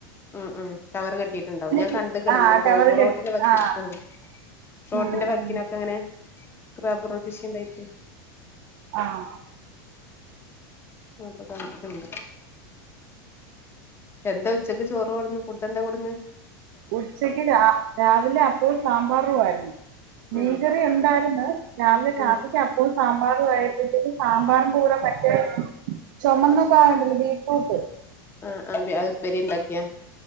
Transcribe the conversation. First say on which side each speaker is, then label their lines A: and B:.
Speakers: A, on the left; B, on the right.
A: ഉം ഉം കവറ് കെട്ടിയിട്ടുണ്ടാവും ഞാൻ
B: ചു
A: കണ്ടിക്കണ്
B: ആ
A: ഇങ്ങനെ പോകുമ്പൊ
B: കവറ് കെട്ടി
A: റോട്ടിന്റെ വക്കിൽ
B: ആ
A: ആഹ് റോട്ടിന്റെ
B: ഉം ഉം
A: വക്കിനൊക്കെ ഇങ്ങനെ റബ്ബറും കൃഷി ഉണ്ടായിട്ട്
B: ആഹ്
A: അപ്പൊ കണ്ടിട്ട്ണ്ട് എന്താ ഉച്ചക്ക് ചോറ് കൊടന്നു ഫുഡെന്താ കൊടു
B: ഉച്ചക്ക് രാ രാവിലെ അപ്പോം സാമ്പാറുവായിരുന്ന് മീൻങ്കറി
A: ഉം
B: ഉണ്ടായിരുന്ന് രാവിലെ കാപ്പിക്ക്
A: ഉം
B: അ പ്പോം സാമ്പാറും ആയപ്പഴ്ത്തേക്കും സാമ്പാറിന്റെ കൂടെ മറ്റേ ചൊമന്ന കാ ഉണ്ടല്ലോ ബീറ്റ്റൂട്ട്
A: ആഹ് ആഹ് ബി അത് ഉപ്പേരി ഉണ്ടാക്കിയാ